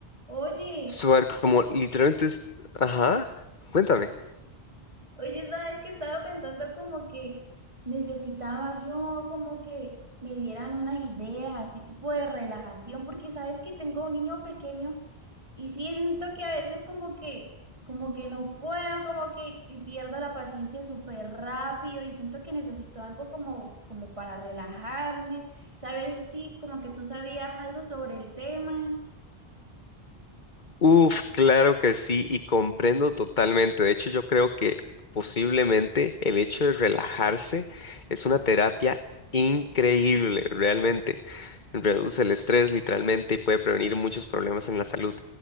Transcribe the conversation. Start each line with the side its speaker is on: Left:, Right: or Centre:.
Right: Oye,
Left: Suar, como literalmente es... Ajá, cuéntame.
Right: oye, sabes que estaba pensando como que necesitaba yo como que me dieran unas ideas, así tipo de relajación, porque sabes que tengo un niño pequeño y siento que a veces como que, como que no puedo, como que, que pierdo la paciencia súper rápido y siento que necesito algo como, como para relajarme, saber si sí, como que tú sabías algo sobre el tema.
Left: Uf, claro que sí, y comprendo totalmente. De hecho, yo creo que posiblemente el hecho de relajarse es una terapia increíble, realmente. Reduce el estrés literalmente y puede prevenir muchos problemas en la salud.